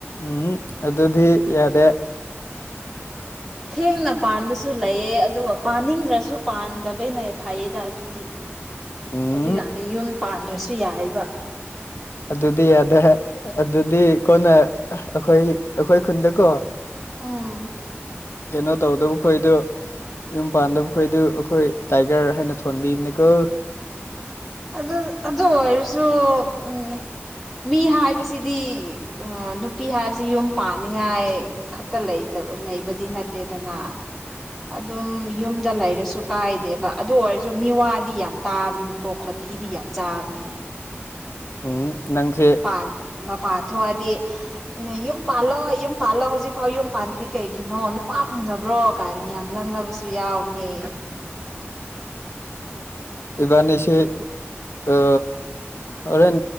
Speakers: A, on the left; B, in the centre.
A: ꯎꯝ ꯑꯗꯨꯗꯤ ꯌꯥꯗꯦ
B: ꯊꯦꯡꯅ ꯄꯥꯟꯕꯁꯨ ꯂꯩꯌꯦ ꯑꯗꯨꯒ ꯄꯥꯅꯤꯡꯗ꯭ꯔꯁꯨ ꯄꯥꯟꯗꯕꯩꯅ ꯐꯩꯌꯦꯗ ꯑꯗꯨꯗꯤ
A: ꯎꯝ
B: ꯍꯧꯖꯤꯛꯀꯥꯟꯗꯤ ꯌꯨꯝ ꯄꯥꯟꯗ꯭ꯔꯁꯨ ꯌꯥꯏꯕ
A: ꯑꯗꯨꯗꯤ ꯌꯥꯗꯦ ꯑꯗꯨꯗꯤ ꯀꯣꯟꯅ ꯑꯩꯈꯣꯏ ꯑꯩꯈꯣꯏ ꯈꯨꯟꯗꯀꯣ
B: ꯎꯝ
A: ꯀꯩꯅꯣ ꯇꯧꯗꯕ ꯈꯣꯏꯗꯣ ꯌꯨꯝ ꯄꯥꯟꯗꯕ ꯈꯣꯏꯗꯨ ꯑꯩꯈꯣꯏ ꯇꯥꯏꯒ꯭ꯔ ꯍꯥꯏꯅ ꯊꯣꯟꯕꯤꯕꯅꯦꯀꯣ
B: ꯑꯗꯨ ꯑꯗꯨ ꯑꯣꯏꯔꯁꯨ ꯎꯝ ꯃꯤ ꯍꯥꯏꯕꯁꯤꯗꯤ ꯎꯝ ꯅꯨꯄꯤ ꯍꯥꯏꯕꯁꯤ ꯌꯨꯝ ꯄꯥꯟꯅꯤꯉꯥꯏ ꯈꯛꯇ ꯂꯩꯇꯕ ꯂꯩꯕꯗꯤ ꯅꯠꯇꯦꯗꯅ ꯑꯗꯨꯝ ꯌꯨꯝꯗ ꯂꯩꯔꯁꯨ ꯀꯥꯏꯗꯦꯕ ꯑꯗꯨ ꯑꯣꯏꯔꯁꯨ ꯃꯤꯋꯥꯗꯤ ꯌꯥꯝ ꯇꯥꯕꯅꯤ ꯍꯣ ꯈꯣꯟꯊꯤꯗꯤ ꯌꯥꯝ ꯆꯥꯕꯅꯦ
A: ꯎꯝ ꯅꯪꯁꯦ꯫
B: ꯄꯥꯟ ꯃꯄꯥꯟ ꯊꯣꯛꯑꯗꯤ ꯅ ꯌꯨꯝ ꯄꯥꯜꯂꯣ ꯌꯨꯝ ꯄꯥꯜꯂꯣ ꯍꯧꯖꯤꯛꯐꯥꯎ ꯌꯨꯝ ꯄꯥꯟꯗ꯭ꯔꯤ ꯀꯩꯒꯤꯅꯣ ꯅꯨꯄꯥ ꯐꯪꯗꯕ꯭ꯔꯣ ꯀꯥꯏꯅ ꯌꯥꯝ ꯂꯛꯅꯕꯁꯨ ꯌꯥꯎꯕꯅꯤ꯫
A: ꯏꯕꯥꯅꯤꯁꯤ ꯑ ꯍꯣꯔꯦꯟ